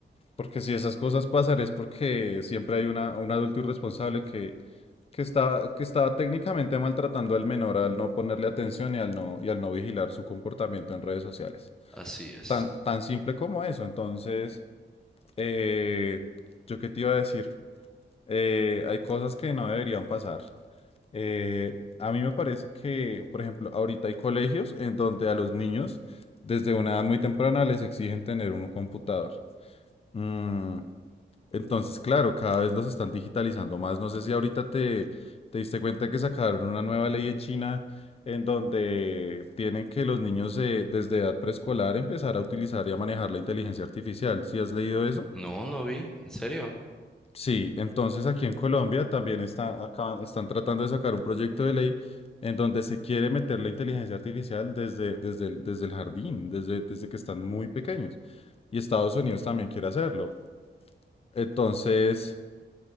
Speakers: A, on the left; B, in the centre.
A: porque si esas cosas pasan es porque siempre hay una, un adulto irresponsable que, que está que estaba técnicamente maltratando al menor al no ponerle atención y al no, y al no vigilar su comportamiento en redes sociales.
B: Así es.
A: Tan, tan simple como eso. Entonces, eh, ¿yo qué te iba a decir? Eh, hay cosas que no deberían pasar. Eh, a mí me parece que, por ejemplo, ahorita hay colegios en donde a los niños desde una edad muy temprana les exigen tener un computador. Mm, entonces, claro, cada vez los están digitalizando más. No sé si ahorita te, te diste cuenta que sacaron una nueva ley en China en donde tienen que los niños eh, desde edad preescolar empezar a utilizar y a manejar la inteligencia artificial. ¿Si has leído eso?
B: No, no vi, en serio.
A: Sí, entonces aquí en Colombia también está, acá, están tratando de sacar un proyecto de ley en donde se quiere meter la inteligencia artificial desde, desde el, desde el jardín, desde, desde que están muy pequeños. Y Estados Unidos también quiere hacerlo. Entonces,